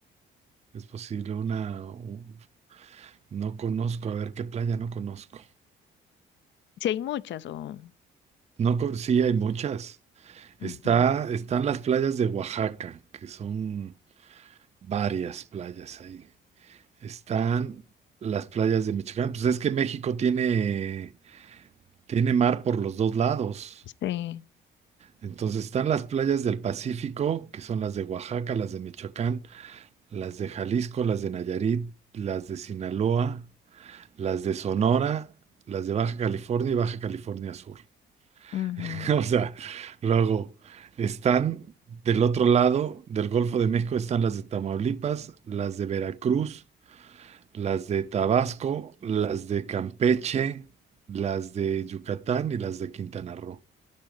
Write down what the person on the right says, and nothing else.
Es posible una, u- no conozco, a ver qué playa no conozco.
No, co- sí, hay muchas. Está,
están las playas de Oaxaca, que son varias playas ahí. Están las playas de Michoacán. Pues es que México tiene, tiene mar por los dos lados.
Entonces están las playas del Pacífico, que son las de Oaxaca, las de Michoacán, las de Jalisco, las de Nayarit, las de Sinaloa, las de Sonora, las de Baja California y Baja California Sur.
<laughs> O sea, luego están del otro lado del Golfo de México, están las de Tamaulipas, las de Veracruz, las de Tabasco, las de Campeche, las de Yucatán y las de Quintana Roo.